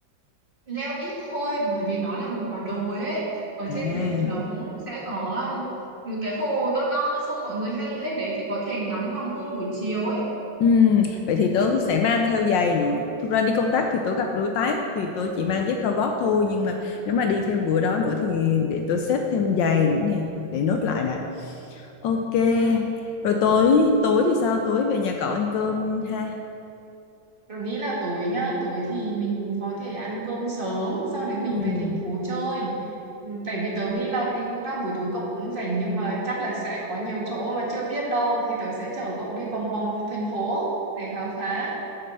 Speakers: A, on the right; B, on the left.
A: Leo ít thôi bởi vì nó là một quả đồi ấy. Ở
B: à
A: trên đấy thì nó cũng sẽ có um, một cái hồ to to xong mọi người hay lên đấy thì có thể ngắm hoàng hôn buổi chiều ấy.
B: Ừm, vậy thì tớ sẽ mang theo giày nữa. Thực ra đi công tác thì tớ gặp đối tác thì tớ chỉ mang dép cao gót thôi nhưng mà nếu mà đi thêm bữa đó nữa thì để tớ xếp thêm giày nữa này Ờ, để nốt lại đã. Ok.
A: ừ
B: Rồi tối tối thì sao? Tối về nhà cậu ăn cơm ha.
A: Tớ nghĩ là tối nhá, tối thì mình có thể ăn cơm sớm, sau đấy mình
B: Ừm,
A: về thành phố chơi. Ừ, Tại vì tớ nghĩ là đi công tác buổi tối cậu cũng rảnh nhưng mà chắc là sẽ có nhiều chỗ mà chưa biết đâu thì tớ sẽ chở cậu đi vòng vòng thành phố để khám phá,